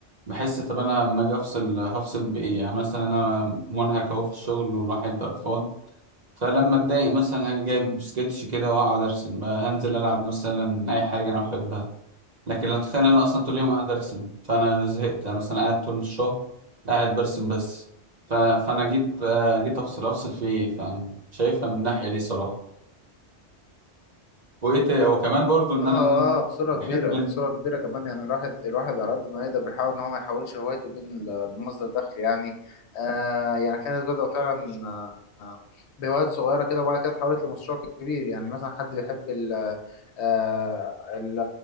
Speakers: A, on the right; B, on the left.
A: بحس طب انا لما
B: مم.
A: اجي افصل هفصل بايه يعني مثلا انا منهك اهو في
B: بالظبط
A: الشغل والواحد قرفان فلما اتضايق مثلا هاجي جايب سكتش كده واقعد ارسم بقى هنزل العب مثلا اي حاجة انا بحبها لكن لو تخيل انا اصلا طول
B: مم.
A: اليوم قاعد ارسم فانا زهقت انا مثلا قاعد طول الشهر قاعد برسم بس ف... فانا جيت جيت افصل افصل في ايه فشايفها من الناحية دي صراحة وايه تا- وكمان برضو ان
B: اه
A: انا إيه،
B: اه بصورة
A: بحب
B: كبيرة بصورة كبيرة كمان يعني الواحد الواحد على قد ما يقدر بيحاول ان هو ما يحولش هوايته دي ل- لمصدر دخل يعني آه يعني في ناس بدأوا فعلا آه آه، بهوايات صغيرة كده وبعد كده اتحولت لمشروع كبير يعني مثلا حد بيحب ال آه ال